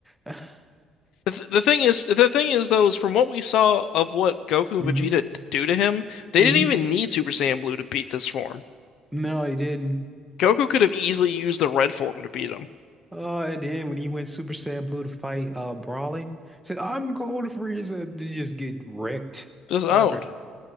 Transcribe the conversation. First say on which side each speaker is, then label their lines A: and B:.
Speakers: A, in the centre; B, on the left.
A: <laughs>
B: The, th the thing is, the thing is though, is from what we saw of what Goku and
A: hmm
B: Vegeta t- do to him, they
A: hmm
B: didn't even need Super Saiyan Blue to beat this form.
A: No, he didn't.
B: Goku could have easily used the red form to beat him.
A: Oh, and then when he went Super Saiyan Blue to fight uh Brawly, said, I'm going to Frieza. They just get wrecked.
B: Just owned.
A: Perfect.